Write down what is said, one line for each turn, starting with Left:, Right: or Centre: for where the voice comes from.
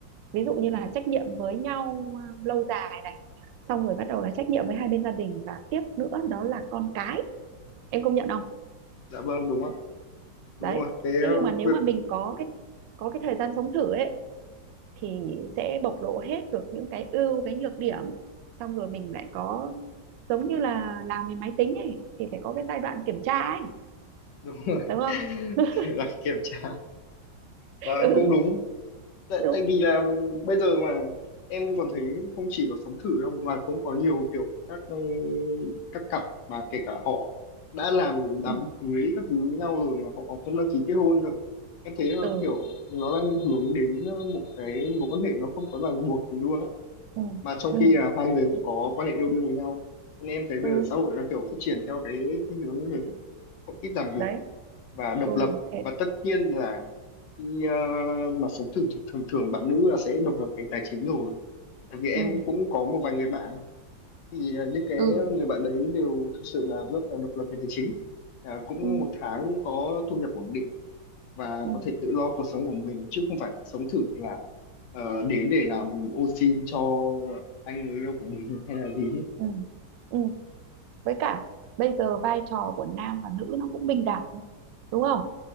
Right: ví dụ như là trách nhiệm với nhau à, lâu dài này xong rồi bắt đầu là trách nhiệm với hai bên gia đình và tiếp nữa đó là con cái em công nhận không
Left: dạ vâng đúng ạ đúng
Right: đấy
Left: rồi cái
Right: thế
Left: ờ,
Right: nhưng mà nếu
Left: việc
Right: mà mình có cái có cái thời gian sống thử ấy thì sẽ bộc lộ hết được những cái ưu cái nhược điểm xong rồi mình lại có giống như là làm về máy tính ấy thì phải có cái giai đoạn kiểm tra ấy
Left: đúng rồi
Right: đúng không <laughs>
Left: <laughs> là kiểm tra vâng
Right: ừ
Left: cũng đúng tại,
Right: đúng
Left: tại vì là bây giờ mà em còn thấy không chỉ có sống thử đâu mà cũng có nhiều kiểu các ừ, các cặp mà kể cả họ đã làm đám
Right: ừ
Left: cưới các thứ với nhau rồi mà họ còn không đăng ký kết hôn cơ em thấy là
Right: ừ
Left: kiểu nó đang hướng đến ờ, một cái mối quan hệ nó không có ràng buộc gì luôn á
Right: ừ
Left: mà trong
Right: ừ
Left: khi là hai người cũng có quan hệ yêu đương với nhau nên em thấy bây
Right: ừ.
Left: giờ xã hội đang kiểu phát triển theo cái thiên hướng như thế có ít ràng buộc
Right: đấy
Left: và độc
Right: ừ
Left: lập
Right: thế
Left: và tất nhiên là khi ờ, mà sống thường thường thường bạn nữ là sẽ độc lập về tài chính rồi tại vì em
Right: ừ
Left: cũng có một vài người bạn thì ờ, những cái
Right: ừ
Left: người bạn đấy đều thực sự là rất là độc lập về tài chính à, cũng
Right: ừ
Left: một tháng cũng có thu nhập ổn định và
Right: ừ
Left: có thể tự lo cuộc sống của mình chứ không phải sống thử là ờ, đến để làm ô xin cho anh người yêu của mình <laughs> hay là gì hết
Right: ừ ừ với cả bây giờ vai trò của nam và nữ nó cũng bình đẳng đúng không